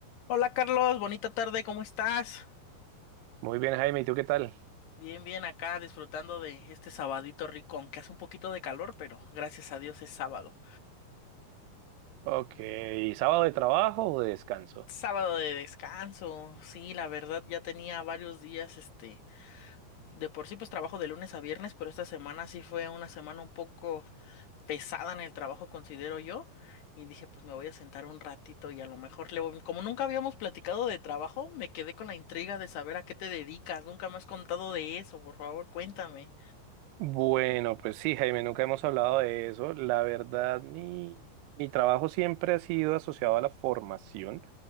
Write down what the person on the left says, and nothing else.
Hola Carlos, bonita tarde, ¿cómo estás?
Bien, bien, acá disfrutando de este sabadito rico, aunque hace un poquito de calor, pero gracias a Dios es sábado.
Sábado de descanso, sí, la verdad ya tenía varios días, este, de por sí pues trabajo de lunes a viernes, pero esta semana sí fue una semana un poco pesada en el trabajo, considero yo, y dije pues me voy a sentar un ratito y a lo mejor le voy- como nunca habíamos platicado de trabajo, me quedé con la intriga de saber a qué te dedicas, nunca me has contado de eso, por favor, cuéntame.